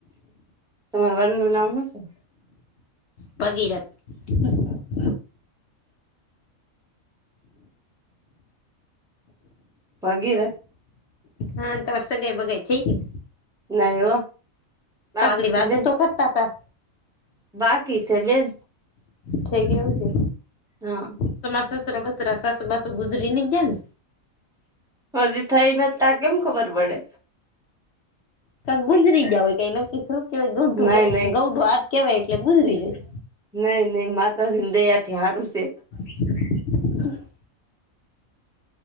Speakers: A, in the centre; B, on the left.
A: તમારા વર નું નામ હું છે
B: ભગીરથ. અથા <inaudible>
A: ભગીરથ.
B: હા તમારી સગાઈ બગાઈ થઈ ગઈ.
A: નઈ હો. બાકી
B: તા આગાળી
A: છે
B: વાતો
A: બેન
B: તો કરતા તા.
A: બાકી છે બેન
B: થઈ ગયે હ શે
A: હા.
B: તમાર સસરા બસરા સાસુ બાસુ ગુજરી નઈ ગયા ને.
A: હજી થઈ નથી તા કેમ ખબર પડે.
B: ક ગુજરી ગયા હોય કઈ નક્કી શું કેહેવાય ગડું
A: નઈ નઈ
B: ગૌઢું હાથ કેવાય એટલે ગુજરી જાય.
A: નઈ નઈ માતાજી દયા થી હારું છે.
B: હ <unintelligible>